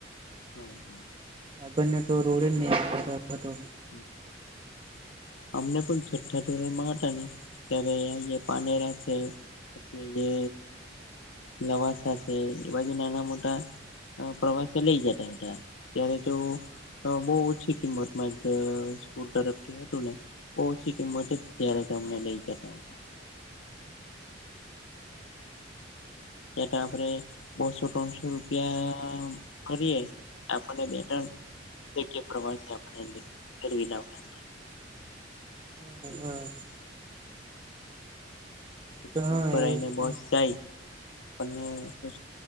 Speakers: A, on the left; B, on the right.
A: <inaudible>
B: આગળ તો રોડ જ ન હતો.
A: <inaudible> અમને પણ છઠ્ઠા ધોરણમાં હતા ને, ત્યારે અહંયા પાનેરા છે. પછી જે. લવાસાશે એ બાજુ નાના મોટા. પ્રવાસે લઇ જતાા હતા. ત્યારે તો. બહુ ઓછી કિંમત માં સ્કૂલ તરફથી હતું ને. ઓછી કિંમતે ત્યારે અમને લઇ જતા હતા. ત તો આપડે બસો ત્રણસો રૂપિયા કરીયએ. આપને બે ત્રણ પ્રવાસે આપ ફવી લાવતા.
B: હા હા! તો
A: સ્ પૂર
B: હા
A: ભરાઈને
B: એ
A: બસ જાય. આપણને